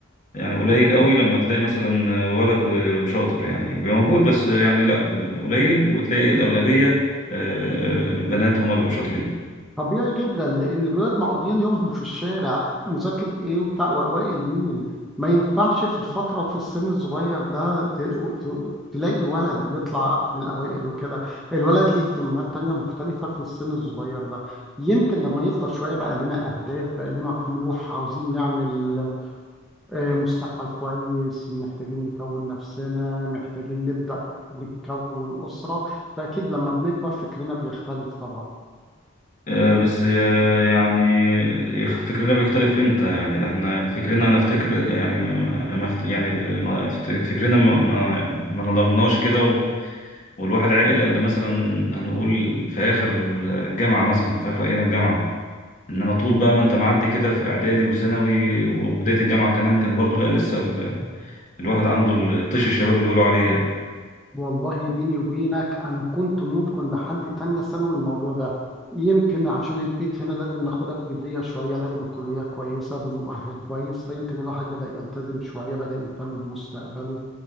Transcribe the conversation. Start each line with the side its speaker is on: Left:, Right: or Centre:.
Left: يعني قليل قوي لما تلاقي مثلا ولد وشاطر يعني بيبقى موجود بس يعني لا قليل وتلاقي الأغلبية آه، بنات هما بيبقوا شاطرين
Centre: طبيعي جدا لأن الولاد مقضيين يومهم في الشارع مذاكرة إيه وبتاع وأوائل مين ما ينفعش في الفترة وفي السن الصغير ده ت... ت... تلاقي ولد يطلع من الأوائل وكده الولد ليه اهتمامات تانية مختلفة في السن الصغير ده يمكن لما يكبر شوية بقى لنا أهداف بقى لنا طموح عاوزين نعمل آه، مستقبل كويس محتاجين نكون نفسنا محتاجين نبدأ نكون أسرة فأكيد لما بنكبر فكرنا بيختلف طبعا
Left: آه، بس آه، يعني يخ- فكرنا بيختلف امتى يعني ده احنا فكرنا انا افتكر يعني ما اخت- يعني ما افت- فكرنا ما ما, ما نضجناش كده و- والواحد عاقل الا مثلا هنقول في اخر الجامعة مثلا في اخر ايام الجامعة انما طول بقى ما انت معدي كده في اعدادي وثانوي وبداية الجامعة كمان كان برضو لا لسه الواحد عنده الطيش الشباب اللي بيقولوا عليه يعني
Centre: والله بيني وبينك أنا كنت ممكن لحد تانية ثانوي الموضوع ده يمكن عشان البيت هنا لازم ناخدها بجدية شوية لازم كلية كويسة بمؤهل كويس فيمكن الواحد بدأ يلتزم شوية بدأ يهتم بمستقبله